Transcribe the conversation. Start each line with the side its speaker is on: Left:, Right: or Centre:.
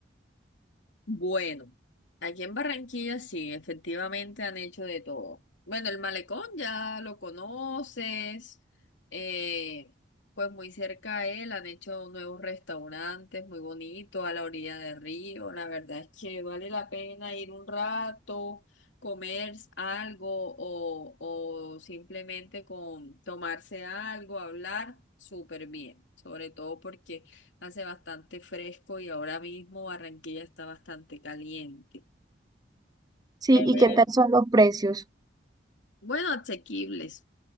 Left: Bueno, aquí en Barranquilla sí, efectivamente han hecho de todo. Bueno, el malecón ya lo conoces, eh, pues muy cerca a él han hecho nuevos restaurantes muy bonitos a la orilla del río. La verdad es que vale la pena ir un rato, comer algo o, o simplemente con tomarse algo, hablar súper bien, sobre todo porque hace bastante fresco y ahora mismo Barranquilla está bastante caliente.
Right: Sí,
Left: Eh,
Right: ¿y qué tal son los precios?
Left: bueno, asequibles.